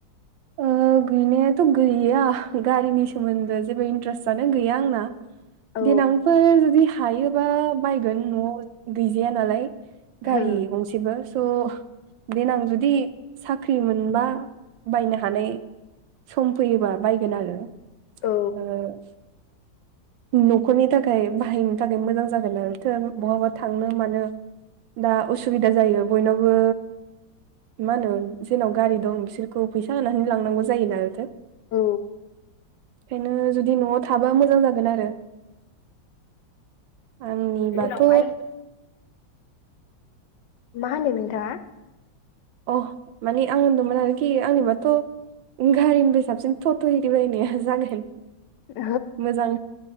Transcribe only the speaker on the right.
ओ गैनायाथ' गैया गारिनि सोमोन्दो जेबो इन्ट्रेस्टआानो गैया आंना।
देनांफोर जुदि हायोबा बायगोन न'आव गैजाया नालाय गारि
गंसेबो स' देनां जुदि साख्रि मोनबा बायनो हानाय सम फैयोबा बायगोन आरो
ओ <inaudible> न'खरनि थाखाय बाहायनो थाखाय मोजां जागोननालायथो बहाबा थांनो मानो दा उसुबिदा जायो। बयनावबो मा होनो जेनाव गारि दं बिसोर औ फैसा होनानै लांनांगौ जायो नालायथायो।
ओंखायनो जुदि न'आव थाबा मोजां जागोन आरो। आंनिबाथ'
अ माने आं दमोन आरोखि आंनि बाथ' गारिनिफ्राय साबसिन टट' एरि बायनाया जागोन
मोजां।